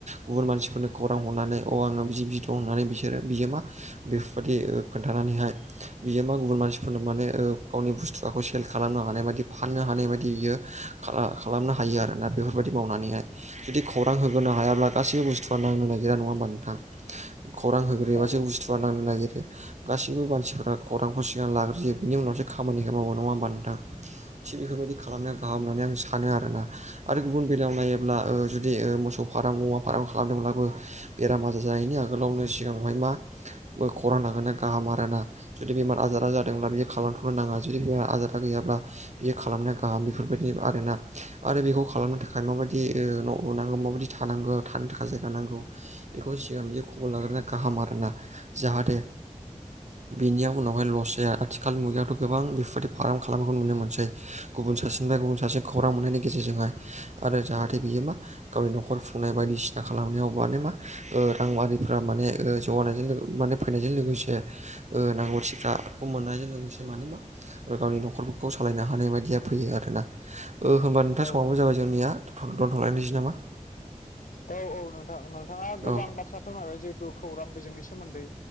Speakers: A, on the right (about 60°); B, on the left (about 80°).
A: गुबुन मानसिफोरनो खौरां हरनानै अ आंनाव बिदि बिदि होननानै बिसोरो बियोमा बेफोरबायदि खोन्थानानैहाय बियो मा गुबुन मानसिफोरनो माने गावनि बुस्थुखौ सेल खालामनो हानाय बायदि फाननो हानाय बायदि बियो खालामनो हायो आरोना बेफोरबायदि मावनानैहाय जुदि खौरां होगोनो हायाब्ला गासैबो बुस्थुआ नांनो नागिरा नङा होमबा नोंथां खौरां होग्रोयो
B: औ
A: गासिबो बुथुआ लांनो नागिरो गासैबो मानसिफोरा खौरांखौ सिगां लाग्रोजो बिनि उनावसो खामानिखौ मावो नङा होमबा नोंथां। थिग बेफोरबायदि खालामनाया गाहाम होननानै आं सानो आरोना। आरो गुबुन बेलायाव नायोब्ला जुदि मोसौ फार्म मुवा फार्म खालामदोंब्लाबो बेराम आजार जानायनि आगोलावनो सिगाङावहाय माो खौरां लागोना गाहाम आरो ना। जुदि बेमार आजारा जादोंब्ला बियो खालामथ'नो नाङा जुदि बेमार आजारा गैयाब्ला बियो खालामनाया गाहाम बेफोरबायदि आरोना आरो बेखौ खालामनो थाखाय माबायदि न' लुनांगौ माबायदि थानांगोन थानो थाखाय जायगा नांगौ बेखौ सिगां बियो खबर लाग्रोनानै गाहाम आरोना जाहाथे बिनिया उनावहाय लस जाया आथि खालनि मुगायावथ' गोबां बेफोरबायदि फार्म खालामनायखौ नुनो मोनसै। गुबुन सासेनिफ्राय गुबुन सासे खौरां मोननायनि गेजेरजोंहाय आरो जाहाथे बियो मा गावनि न'खर खुंनाय बायदिसिना खालामनायाव माने मा राङारिफोरा माने जौगानायजों माने फैनायजों लोगोसे नांगौथिफ्राखौ मोननायजों लोगोसे माने मा आरो गावनि न'खरफोरखौ सालायनो हानाय बायदिया फैयो आरोना। ओ होनोमबा नोंथां
B: औ
A: समाबबो
B: औ
A: जाबाय जोंनिया दोनथ'लायनोसै नामा?
B: औ औ नोंथां नोंथाङा गोबां
A: औ
B: बाथ्रा फोरमायबाय जिहे थु खौरां बिजोंनि सोमोन्दै